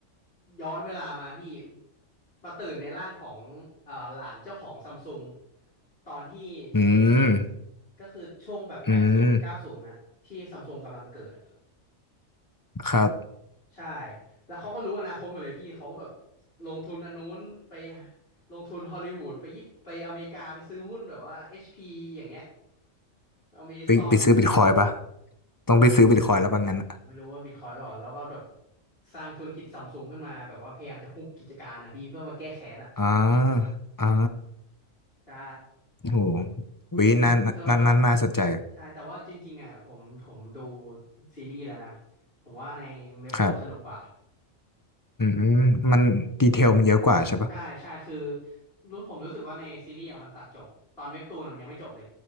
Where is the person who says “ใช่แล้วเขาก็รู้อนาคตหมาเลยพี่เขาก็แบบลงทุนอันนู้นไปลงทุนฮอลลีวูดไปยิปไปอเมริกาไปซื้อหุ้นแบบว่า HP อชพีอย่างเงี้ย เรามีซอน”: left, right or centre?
Left